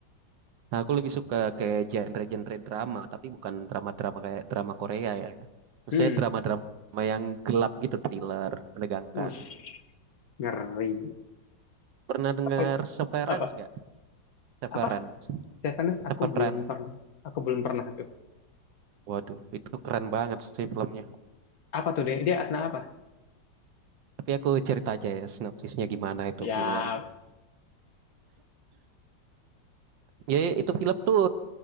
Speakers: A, on the right (about 80°); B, on the left (about 60°).
A: Nah, aku lebih suka kayak genre-genre drama, tapi bukan drama-drama kayak drama Korea ya. Maksudnya
B: Hmm.
A: drama-drama yang gelap gitu, thriller, menegangkan.
B: Ush, ngeri.
A: Pernah dengar
B: Apa?
A: Severance
B: Apa?
A: nggak? Severance.
B: Apa? Stefanus,
A: Severance.
B: aku belum pernah. Aku belum pernah tuh.
A: Waduh, itu keren banget sih filmnya.
B: Apa tuh dia? Dia tentang apa?
A: Tapi aku cerita aja ya sinopsisnya gimana itu
B: Ya.
A: film. Ya, itu film tuh,